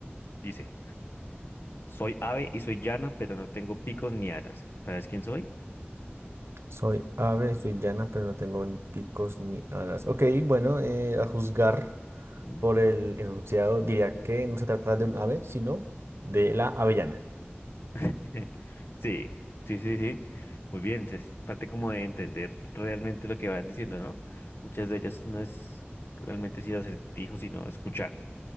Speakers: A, on the left; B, on the right.
A: Dice. Soy ave y soy llana, pero no tengo picos ni alas. ¿Sabes quién soy?
B: Soy ave, soy llana, pero no tengo ni picos ni alas. Ok, bueno, eh, a juzgar
A: Mm.
B: por el enunciado, diría que no se trata de un ave, sino de la avellana.
A: <laughs> Sí, sí, sí, sí. Muy bien, es parte como de entender realmente lo que van diciendo, ¿no? Muchas de ellas no es realmente decir acertijo, sino escuchar.